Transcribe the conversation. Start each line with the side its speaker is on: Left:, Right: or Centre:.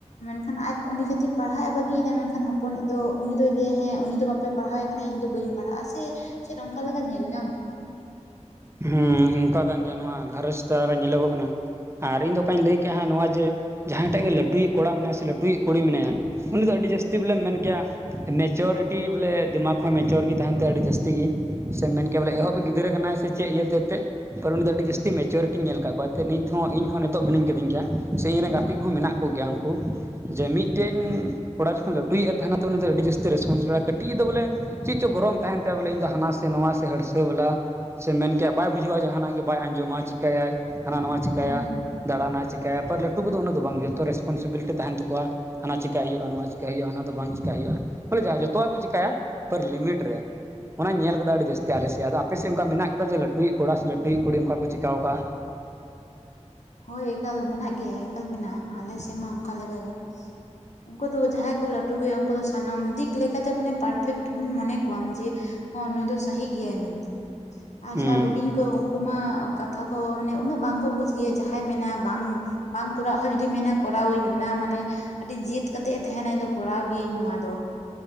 Left: ᱢᱮᱱᱠᱷᱟᱱ ᱟᱡ ᱩᱱᱤ ᱠᱷᱟᱹᱛᱤᱨ ᱯᱟᱲᱦᱟᱜᱼ ᱮ ᱵᱟᱹᱜᱤᱭᱮᱫᱟᱭ ᱢᱮᱱᱠᱷᱟᱱ ᱦᱚᱯᱚᱱᱤᱡ ᱫᱚ ᱩᱱᱤ ᱫᱚᱭ ᱞᱟᱹᱭᱟ ᱦᱮᱸ ᱩᱱᱤ ᱫᱚ ᱵᱟᱯᱮ ᱯᱟᱲᱦᱟᱣᱼᱼ ᱠᱟᱱᱟ ᱤᱧ ᱫᱚ ᱵᱟᱹᱧ ᱯᱟᱲᱦᱟᱜᱼᱟ ᱥᱮ ᱪᱮᱫ ᱚᱱᱠᱟ ᱞᱮᱠᱟ ᱧᱮᱞ ᱧᱟᱢᱚᱜᱼᱟ᱾
Right: ᱦᱮᱸ ᱚᱱᱠᱟ ᱠᱟᱱ ᱜᱮᱭᱟ ᱱᱚᱣᱟ ᱜᱷᱟᱨᱚᱡᱽ ᱪᱮᱛᱟᱱ ᱨᱮ ᱧᱮᱞᱚᱜᱚᱜ ᱠᱟᱱᱟ᱾ ᱟᱨ ᱤᱧ ᱫᱚ ᱚᱠᱟᱧ ᱞᱟᱹᱭ ᱠᱮᱜᱼᱟᱜ ᱱᱚᱣᱟ ᱡᱮ ᱡᱟᱦᱟᱸᱭ ᱴᱟᱜ ᱜᱮ ᱞᱟᱹᱴᱩᱭᱤᱡ ᱠᱚᱲᱟ ᱢᱮᱱᱟᱭᱟ ᱥᱮ ᱞᱟᱹᱴᱩᱭᱤᱡ ᱠᱩᱲᱤ ᱢᱮᱱᱟᱭᱟᱼᱼ ᱩᱱᱤ ᱫᱚ ᱟᱹᱰᱤ ᱡᱟᱹᱥᱛᱤ ᱵᱚᱞᱮ ᱢᱮᱱ ᱠᱮᱭᱟᱼᱼ ᱢᱮᱪᱚᱨᱤᱴᱤ ᱵᱚᱞᱮ ᱫᱤᱢᱟᱠ ᱦᱚᱸ ᱢᱮᱪᱳᱨ ᱜᱮ ᱛᱟᱦᱮᱱ ᱛᱟᱭᱟ ᱟᱹᱰᱤ ᱡᱟᱹᱥᱛᱤ ᱜᱮ ᱥᱮ ᱢᱮᱱᱼᱼ ᱠᱮᱵᱚᱞᱮ
Left: ᱦᱮᱸ
Right: ᱮᱦᱚᱵᱮ ᱜᱤᱫᱽᱨᱟᱹ ᱠᱟᱱᱟᱭ ᱥᱮ ᱪᱮᱫ ᱤᱭᱟᱹᱛᱮ ᱛᱮᱫᱼᱼ ᱠᱟᱨᱚᱱ ᱩᱱᱤ ᱫᱚ ᱟᱹᱰᱤ ᱡᱟᱹᱛᱤ ᱢᱮᱪᱩᱨᱤᱴᱤᱧ ᱧᱮᱞ ᱟᱠᱟᱫ ᱠᱚᱣᱟ ᱱᱤᱛ ᱦᱚᱸ ᱤᱧ ᱦᱚᱸ ᱱᱤᱛᱚᱜ ᱢᱤᱱᱟᱹᱧ ᱠᱟᱹᱫᱤᱧ ᱜᱮᱭᱟ ᱥᱮ ᱤᱧ ᱨᱮᱱ ᱜᱟᱛᱮ ᱠᱚᱼᱼ ᱦᱚᱸ ᱢᱮᱱᱟᱜ ᱠᱚᱜᱮᱭᱟ ᱩᱱᱠᱩ ᱡᱮ ᱢᱤᱫᱴᱮᱱᱼᱼ ᱠᱚᱲᱟ ᱡᱚᱠᱷᱚᱱ ᱞᱟᱴᱩᱭᱤᱡ ᱛᱟᱦᱮᱱᱟ ᱩᱱᱤ ᱫᱚ ᱟᱹᱰᱤ ᱡᱟᱹᱥᱛᱤ ᱨᱮᱥᱯᱚᱱᱥ ᱦᱩᱭᱩᱜᱼᱟ ᱠᱟᱹᱴᱤᱡ ᱫᱚ ᱵᱚᱞᱮ ᱪᱮᱫ ᱪᱚᱝ ᱜᱚᱨᱚᱢ ᱛᱟᱦᱮᱱᱼᱼ ᱪᱟᱜ ᱵᱚᱞᱮ ᱤᱧ ᱫᱚ ᱦᱟᱱᱟ ᱥᱮ ᱱᱚᱣᱟ ᱥᱮ ᱦᱟᱹᱲᱥᱟᱹ ᱵᱟᱞᱟᱼᱼ ᱥᱮ ᱢᱮᱱ ᱠᱮᱜᱼᱟ ᱵᱟᱭ ᱵᱩᱡᱷᱟᱹᱣᱟ ᱡᱟᱦᱟᱱᱟᱜ ᱜᱮ ᱵᱟᱭ ᱟᱸᱡᱚᱢᱟ ᱪᱤᱠᱟᱹᱭᱟᱭ ᱦᱟᱱᱟ ᱱᱟᱣᱟ ᱪᱤᱠᱟᱹᱭᱟ
Left: ᱦᱮᱸ ᱦᱮᱸ
Right: ᱫᱟᱲᱟᱱᱟᱼᱼ ᱪᱤᱠᱟᱭᱟᱯᱟᱨ ᱞᱟᱹᱴᱩ ᱠᱚᱫᱚ ᱩᱱᱟᱹᱜ ᱵᱟᱝ ᱡᱚᱛᱚ ᱨᱮᱥᱯᱚᱱᱥᱤᱵᱤᱞᱤᱴᱤ ᱛᱟᱦᱮᱱ ᱛᱟᱠᱚᱣᱟ ᱦᱟᱱᱟᱼ ᱪᱮᱠᱟᱹᱭ ᱦᱩᱭᱩᱜᱼᱟ ᱱᱚᱣᱟ ᱪᱮᱠᱟ ᱦᱩᱭᱩᱜᱼᱟ ᱦᱟᱱᱟ ᱫᱚ ᱵᱟᱝ ᱪᱮᱠᱟ ᱦᱩᱭᱩᱜᱼᱟ ᱵᱚᱞᱮ ᱡᱚᱛᱚᱣᱟᱜ ᱠᱚ ᱪᱮᱟᱭᱟ ᱯᱟᱨ ᱞᱤᱢᱤᱴ ᱨᱮ᱾ ᱚᱱᱟ ᱧᱮᱞ ᱠᱮᱫᱟ ᱟᱹᱰᱤ ᱡᱟᱹᱥᱛᱤ ᱟᱞᱮᱥᱮᱫ ᱟᱫᱚ ᱟᱯᱮᱥᱮᱫ ᱚᱱᱠᱟ ᱢᱮᱱᱟᱜ ᱠᱮᱫᱟ ᱡᱮ ᱞᱟᱹᱴᱩᱭᱤᱡ ᱠᱚᱲᱟ ᱥᱮ ᱞᱟᱴᱩᱭᱤᱡ ᱠᱩᱲᱤ ᱚᱱᱠᱟ ᱠᱚ ᱪᱤᱠᱟ ᱟᱠᱚᱣᱟ᱾
Left: ᱦᱳᱭ ᱮᱠᱟᱞ ᱢᱮᱱᱟᱜ ᱜᱮᱭᱟ ᱮᱠᱟᱞ ᱢᱮᱱᱟᱜᱼᱟ ᱟᱞᱮ ᱥᱮᱫ ᱢᱟ ᱚᱱᱠᱟ ᱞᱮᱠᱟᱜ ᱜᱮ᱾ ᱩᱱᱠᱩ ᱫᱚ ᱡᱟᱦᱟᱸᱭ ᱠᱚ ᱞᱟᱹᱴᱩ ᱜᱮᱩᱭᱟ ᱩᱱᱠᱩ ᱫᱚ ᱥᱟᱱᱟᱢ ᱫᱤᱠ ᱞᱮᱠᱟᱛᱮ ᱢᱟᱱᱮ ᱯᱟᱨᱯᱷᱮᱠᱴ ᱢᱚᱱᱮ ᱠᱚᱣᱟᱢ ᱡᱮᱼᱼ ᱦᱚᱸ ᱱᱩᱭ ᱫᱚ ᱥᱟᱹᱟᱦᱤ ᱜᱮᱭᱟᱭ ᱢᱮᱱᱛᱮ᱾ ᱟᱨ
Right: ᱦᱮᱸ
Left: ᱡᱟᱦᱟᱸ ᱦᱩᱰᱤᱧ ᱠᱚ ᱩᱱᱠᱩ ᱢᱟ ᱠᱟᱛᱷᱟ ᱠᱚ ᱢᱟᱱᱮ ᱩᱱᱟᱹᱜ ᱵᱟᱝᱠᱚ ᱵᱩᱡ ᱜᱮᱭᱟ ᱡᱟᱦᱟᱸᱼᱼ ᱡᱟᱦᱟᱸᱭ ᱢᱮᱱᱟ ᱵᱟᱝ ᱵᱟᱝ ᱠᱚᱨᱟᱣ ᱦᱚᱸ ᱡᱩᱫᱤ ᱢᱮᱱᱟ ᱠᱚᱨᱟᱣ ᱟᱹᱧ ᱚᱱᱟ ᱢᱟᱱᱮᱼᱼ ᱟᱹᱰᱤ ᱡᱟᱹᱛ ᱠᱟᱛᱮ ᱮ ᱛᱟᱦᱮᱱᱟ ᱤᱧ ᱫᱚ ᱠᱚᱨᱟᱣ ᱜᱤᱭᱟᱹᱧ ᱱᱚᱣᱟ ᱫᱚ᱾